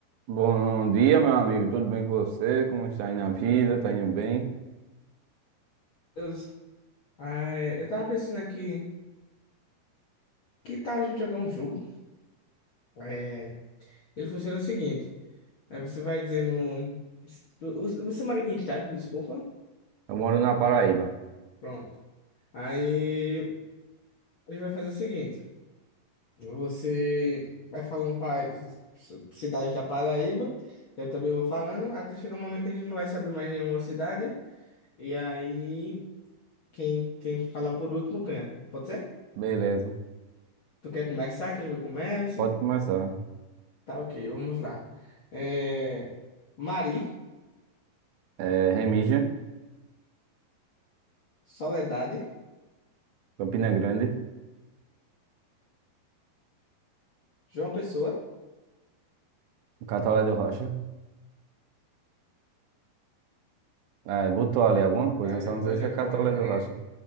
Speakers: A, on the right; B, on the left.
A: Bom dia, meu amigo. Tudo bem com você? Como está indo na vida? Tá indo bem?
B: Deus. Ah, é, eu tava pensando aqui, que tal a gente jogar um jogo? É, ele funciona o seguinte, aí você vai dizendo... Você você mora aqui em estado, desculpa?
A: Eu moro na Paraíba.
B: Pronto. Aí ele vai fazer o seguinte, você vai falando para cidades da Paraíba, eu também vou falando, até chegar um momento que a gente não vai saber mais nenhuma cidade, e aí quem, quem falar por último ganha. Pode ser?
A: Beleza.
B: Tu quer começar? Quer que eu comece?
A: Pode começar.
B: Tá, ok, vamos lá. É, Mari,
A: É, Remígio,
B: Soledade,
A: Campina Grande,
B: João Pessoa.
A: Catolé do Rocha. É, botou ali alguma coisa,
B: Ah,
A: só
B: já foi,
A: não sei se
B: já
A: é Catolé
B: foi. É,
A: do Rocha.